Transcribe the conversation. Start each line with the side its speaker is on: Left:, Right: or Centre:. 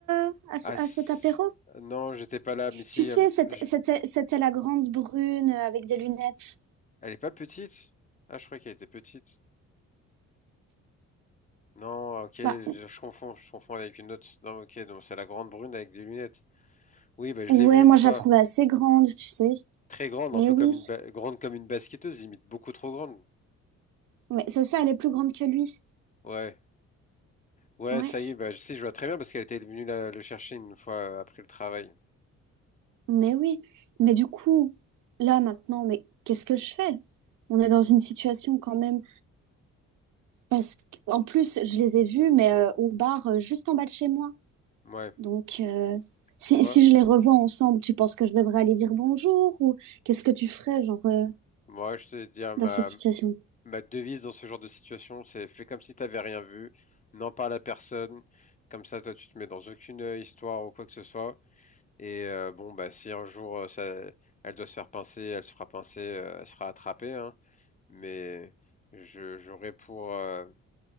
Right: euh, à, ce-
Left: Ah
Right: à
Left: si-
Right: cet apéro?
Left: non, j'étais pas là, mais si,
Right: Tu sais,
Left: euh,
Right: c'était,
Left: je-
Right: c'était, c'était la grande brune avec des lunettes.
Left: elle est pas petite? Ah, je croyais qu'elle était petite. Non, ok, je,
Right: Bah,
Left: je confonds, je confonds avec une autre. Non, ok, donc c'est la grande brune avec des lunettes. Oui, bah, je
Right: ouais,
Left: l'ai vue une
Right: moi
Left: fois.
Right: je la trouvais assez grande, tu sais.
Left: Très grande,
Right: Mais
Left: un peu
Right: oui,
Left: comme une ba- grande comme une basketteuse, limite beaucoup trop grande.
Right: mais c'est ça, elle est plus grande que lui.
Left: Ouais, ouais,
Right: Ouais.
Left: ça y est, bah, je- si, je vois très bien parce qu'elle était venue la- le chercher une fois euh, après le travail.
Right: Mais oui, mais du coup, là maintenant, mais qu'est-ce que je fais? On est dans une situation quand même, parce qu'en plus, je les ai vus, mais euh, au bar euh, juste en bas de chez moi.
Left: Ouais,
Right: Donc, euh, si,
Left: moi,
Right: si je les revois ensemble, tu penses que je devrais aller dire bonjour ou qu'est-ce que tu ferais, genre, euh,
Left: moi, je te dire ma
Right: dans cette situation?
Left: ma devise dans ce genre de situation, c'est fais comme si t'avais rien vu, n'en parle à personne. Comme ça, toi, tu te mets dans aucune euh, histoire ou quoi que ce soit. Et euh, bon, bah, si un jour euh, ça, elle doit se faire pincer, elle se fera pincer, euh, elle se fera attraper. hein. Mais je, j'aurais pour, euh,